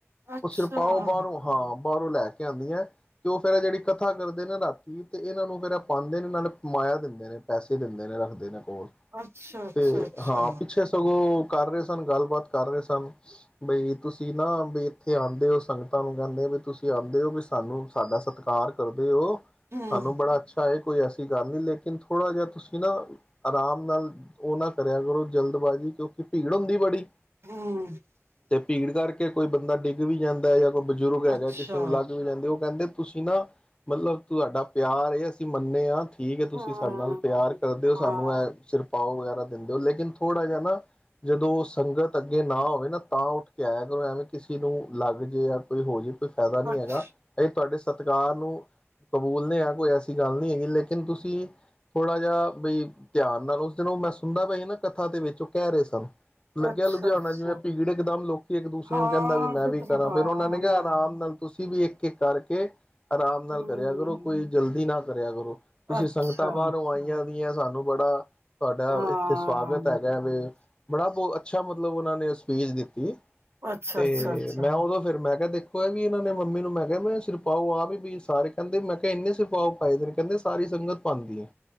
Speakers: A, on the right; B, on the left.
A: ਅੱਛਾ।
B: ਉਹ ਸਿਰ ਪਾਓ ਬਾਹਰੋਂ, ਹਾਂ। ਬਾਹਰੋਂ ਲੈ ਕੇ ਆਂਦੀਆਂ। ਤੇ ਉਹ ਫਿਰ ਜਿਹੜੀ ਕਥਾ ਕਰਦੇ ਨੇ ਰਾਤੀ ਤੇ ਇਹਨਾਂ ਨੂੰ ਫਿਰ ਪਾਂਦੇ ਨੇ ਨਾਲ ਮਾਇਆ ਦਿੰਦੇ ਨੇ, ਪੈਸੇ ਦਿੰਦੇ ਨੇ ਰੱਖਦੇ ਨੇ ਹੋਰ
A: ਅੱਛਾ, ਅੱਛਾ,
B: ਤੇ
A: ਅੱਛਾ,
B: ਹਾਂ ਪਿੱਛੇ ਸਗੋਂ ਕਰ ਰਏ ਸਨ ਗੱਲਬਾਤ ਕਰ ਰਏ ਸਨ ਬਈ ਤੁਸੀਂ ਨਾਂ ਬਈ ਇੱਥੇ ਆਂਦੇ ਔ ਸੰਗਤਾਂ ਨੂੰ ਕਹਿੰਦੇ ਵੀ ਤੁਸੀਂ ਆਂਦੇ ਔ ਵੀ ਸਾਨੂੰ ਸਾਡਾ ਸਤਿਕਾਰ ਕਰਦੇ ਔ
A: ਹੂੰ,
B: ਸਾਨੂੰ ਬੜਾ ਅੱਛਾ ਐ। ਕੋਈ ਐਸੀ ਗੱਲ ਨ੍ਹੀਂ ਲੇਕਿਨ ਥੋੜ੍ਹਾ ਜਿਹਾ ਤੁਸੀਂ ਨਾਂ ਆਰਾਮ ਨਾਲ ਉਹ ਨਾ ਕਰਿਆ ਕਰੋ ਜਲਦਬਾਜ਼ੀ ਕਿਉਂਕਿ ਭੀੜ ਹੁੰਦੀ ਬੜੀ
A: ਹਂ
B: ਤੇ ਭੀੜ ਕਰਕੇ ਕੋਈ ਬੰਦਾ ਡਿੱਗ ਵੀ ਜਾਂਦਾ ਜਾਂ ਬਜ਼ੁਰਗ ਹੈਗਾ
A: ਅੱਛਾ।
B: ਕਿਸੇ ਨੂੰ ਲੱਗ ਵੀ ਜਾਂਦੀ ਉਹ ਕਹਿੰਦੇ ਤੁਸੀਂ ਨਾ ਮਤਲਬ ਤੁਹਾਡਾ ਪਿਆਰ ਅਸੀਂ ਮੰਨਣੇ ਆਂ। ਠੀਕ ਐ, ਤੁਸੀਂ
A: ਹੂੰ,
B: ਸਾਡੇ ਨਾਲ ਤਿਆਰ ਕਰਦੇ ਓ,
A: ਹਾਂ,
B: ਸਾਨੂੰ ਇਹ ਸਿਰਪਾਓ ਜਾਂ <unintelligible> ਦਿੰਦੇ ਹੋ ਲੇਕਿਨ ਥੋੜਾ ਜਿਹਾ ਨਾ ਜਦੋਂ ਸੰਗਤ ਅੱਗੇ ਨਾ ਹੋਵੇ ਨਾ ਤਾਂ ਉੱਠ ਕੇ ਆਇਆ ਕਰੋ ਐਵੇਂ ਕਿਸੇ ਨੂੰ ਲੱਗ ਜੇ ਜਾਂ ਕੋਈ ਹੋ ਜਵੇ ਈ ਫਾਇਦਾ ਨਹੀਂ
A: ਅੱਛ,
B: ਹੈਗਾ ਇਹ ਤੁਹਾਡੇ ਸਤਿਕਾਰ ਨੂੰ ਕਬੂਲੇ ਆਂ ਕੋਈ ਐਸੀ ਗੱਲ ਨ੍ਹੀਂ ਹੈਗੀ ਲੇਕਿਨ ਤੁਸੀਂ ਥੋੜ੍ਹਾ ਜਿਹਾ ਬਈ ਧਿਆਨ ਨਾਲ ਉਸ ਦਿਨ ਉਹ ਮੈਂ ਸੁਣਦਾ ਪਿਆ ਸੀ ਨਾ ਕਥਾ ਦੇ ਵਿੱਚ ਉਹ ਕਹਿ ਰਹੇ ਸਨ। ਲੱਗਿਆ
A: ਅੱਛਾ,
B: ਲੁਗਿਆ ਹੁਣਾ
A: ਅੱਛਾ।
B: ਜਿਵੇਂ ਭੀੜ ਇਕਦਮ ਲੋਕੀ ਇੱਕ ਦੂਸਰੇ
A: ਹਾਂ,
B: ਨੂੰ ਕਹਿੰਦਾ ਵੀ ਮੈਂ
A: ਕਿਧਰ
B: ਵੀ ਕਰਾਂ
A: ਹਾਂ
B: ਫਿਰ ਉਹਨਾਂ ਨੇ ਕਿਆ
A: ਮੈਂ
B: ਆਰਮ ਨਾਲ। ਤੁਸੀਂ ਵੀ ਇੱਕ-ਇੱਕ ਕਰਕੇ ਆਰਾਮ ਨਾਲ
A: ਹੂੰ,
B: ਕਰਿਆ ਕਰੋ ਕੋਈ ਜਲਦੀ ਨਾ ਕਰਿਆ ਕਰੋ। <unintelligible> ਤੁਸੀਂ
A: ਅੱਛਾ,
B: ਸੰਗਤਾਂ ਬਾਹਰੋਂ ਆਈਆਂ। <unintelligible> ਦੀ ਆ ਸਾਨੂੰ ਬੜਾ। <unintelligible> ਤੁਹਾਡਾ,
A: ਹਾਂ।
B: ਇੱਥੇ ਸਵਾਗਤ ਹੈਗਾ ਵੇ ਬੜਾ, ਬਹੁ ਅੱਛਾ ਮਤਲਬ ਉਹਨਾਂ ਨੇ ਸਪੀਚ ਦਿੱਤੀ।
A: ਅੱਛਾ,
B: ਤੇ,
A: ਅੱਛਾ, ਅੱਛਾ,
B: ਮੈਂ ਉਦੋਂ ਫਿਰ ਮੈਂ ਕਿਹਾ ਦੇਖ ਕੋਇ ਵੀ ਇਹਨਾਂ ਨੇ ਮੰਮੀ ਨੂੰ, ਮੈਂ ਕਿਹਾ ਮੈਂ ਸਿਰ ਪਾਓ ਆ ਵੀ, ਸਾਰੇ ਕਹਿੰਦੇ ਮੈਂ ਕਿਹਾ ਇੰਨੇ ਸ ਪਾਓ ਪਾਏ ਦੇ ਨੇ, ਕਹਿੰਦੇ ਸਾਰੀ ਸੰਗਤ ਪਾਂਦੀ ਏ।